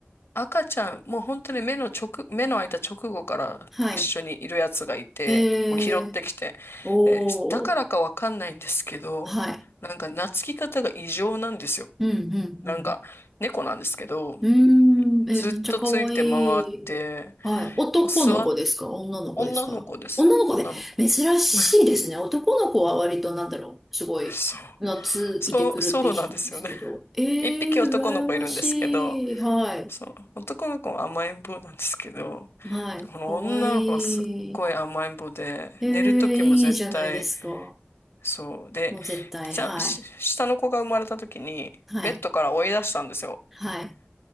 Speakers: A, on the left; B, in the centre.
A: 赤ちゃん、もう本当に目の直、目の開いた直後から一緒にいるやつがいて、
B: はい。へ
A: もう拾ってきて。
B: え、おー、
A: でだからかわかんないんですけど、
B: はい。
A: なんか懐き方が異常なんですよ。
B: うんうんうん
A: なんか、猫なんですけど、
B: うーん、え、
A: ずっとついて回って、
B: めっちゃ可愛い。はい。男の子ですか女の子ですか女の子で珍しいですね。
A: もう座っ、女の子です。女の子。<laughs>
B: 男の子は割となんだろう。すごい、
A: そう。
B: 懐いてくるって聞くんですけど。
A: そう、<laughs> そうなんですよね。
B: えー、
A: 一匹男の子いるんですけど、
B: 羨ましい。はい。
A: そう、男の子は甘えん坊なんですけど、
B: はい。
A: この女の子はすっごい甘えん坊で、
B: 可愛い。えー、
A: 寝る時も絶対、
B: いいじゃないですか。
A: そう。で、
B: もう絶対、
A: ちゃん、
B: はい。
A: し下の子が生まれた時に、
B: はい。
A: ベッドから追い出したんですよ。
B: はい。